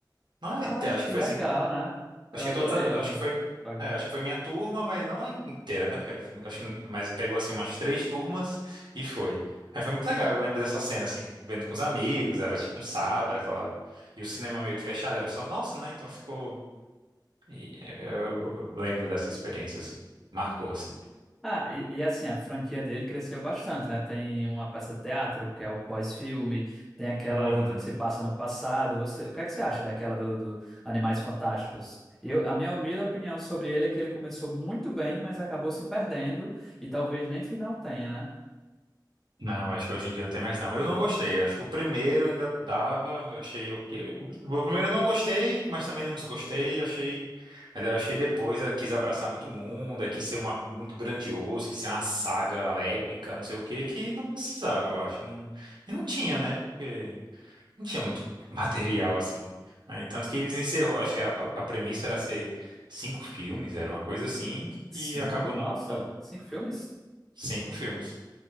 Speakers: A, on the right (about 75°); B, in the centre.
A: Não,
B: Ah,
A: é, acho
B: que
A: que foi
B: legal,
A: assim,
B: né? Eu
A: Acho que
B: adorei
A: todas, acho
B: esse
A: que foi,
B: programa.
A: é, acho que foi minha turma, mas não a inteira, né? Porque acho que, mas pegou assim umas três turmas e foi. Aí foi muito legal, eu lembro dessa cena assim, vendo com os amigos, era tipo um sábado, aquela e o cinema meio que fechado, era só nosso, né? Então ficou e, é, eu, eu lembro dessa experiência assim, marcou assim.
B: Ah, e, e assim, a franquia dele cresceu bastante, né? Tem uma peça de teatro, que é o pós-filme, tem aquela
A: Uhum.
B: outra que se passa no passado. Você, o que é que você acha daquela do, do Animais Fantásticos? Eu, a minha humilde opinião sobre ele é que ele começou muito bem, mas acabou se perdendo e talvez nem final tenha, né?
A: Não, acho que hoje em dia não tem mais não. Eu não gostei. Acho que o primeiro ainda dava, eu achei ok. O primeiro eu não gostei, mas também não desgostei, achei. Mas eu acho que depois ela quis abraçar muito mundo, é, quis ser uma muito grandioso, quis ser uma saga épica, não sei o quê, que não precisava, eu acho. Não... E não tinha, né? Porque não tinha muito <laughs> material assim. Aí, tanto que eles encerrou, acho que a, a a premissa era ser cinco filmes, era uma coisa assim,
B: Cinco?
A: e acabou
B: Nossa,
A: no no-
B: cinco filmes?
A: cinco filmes.